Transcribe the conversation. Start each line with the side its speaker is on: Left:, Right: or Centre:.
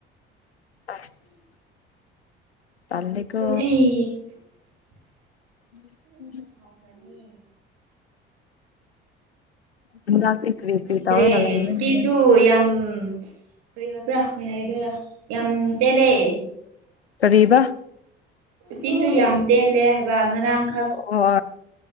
Left: ꯑꯁ ꯇꯜꯂꯦꯀꯣ
Right: ꯑꯩ
Left: <inaudible>
Right: ꯑꯃꯨꯛ ꯍꯧꯈ꯭ꯔꯅꯤ
Left: ꯃꯤꯂꯛꯇꯦ ꯀꯔꯤ
Right: ꯅꯤꯡꯗ꯭ꯔꯦ
Left: ꯀꯔꯤ ꯇꯧꯔꯒ ꯂꯩꯕ꯭ꯔꯅꯦ
Right: ꯁꯨꯇꯤꯁꯨ ꯌꯥꯝ ꯎꯝ ꯀꯔꯤ ꯍꯥꯏꯕ꯭ꯔꯥ ꯀꯔꯤ ꯍꯥꯏꯗꯣꯏꯔ ꯌꯥꯝ ꯇꯦꯜꯂꯦ
Left: ꯀꯔꯤꯕ
Right: ꯎꯇꯤꯁꯨ ꯌꯥꯝ ꯇꯦꯜꯂꯦ ꯍꯥꯏꯕ ꯉꯔꯥꯡ
Left: ꯑꯣ